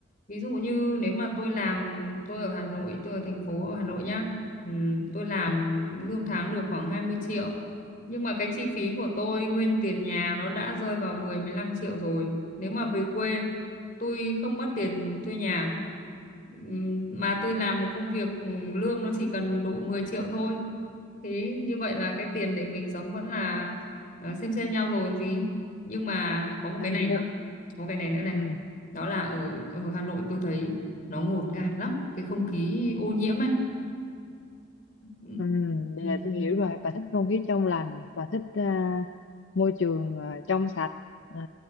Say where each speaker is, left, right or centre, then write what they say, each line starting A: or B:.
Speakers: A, on the left; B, on the left.
A: ví dụ như nếu mà tôi làm tôi ở Hà Nội tôi ở thành phố ở Hà Nội nhá ừm, tôi làm
B: Ừ,
A: lương tháng được khoảng 20 triệu nhưng mà cái chi phí của tôi nguyên tiền nhà nó đã rơi vào mười mười 15 triệu rồi nếu mà về quê tôi không mất tiền thuê nhà Ừm, mà tôi làm một công việc ừm, lương nó chỉ cần độ 10 triệu thôi thế như vậy là cái tiền để mình sống vẫn là Ờ, xem xem nhau rồi còn gì nhưng mà có một
B: anh-
A: cái này nữa có một cái này nữa này
B: ừ,
A: đó là ở ở Hà Nội tôi thấy nó ngột ngạt lắm cái không khí ô nhiễm ấy ừ,
B: ừ, vậy
A: ừ,
B: là tôi hiểu rồi, bà thích không khí trong lành, bà thích à, môi trường à, trong sạch, à,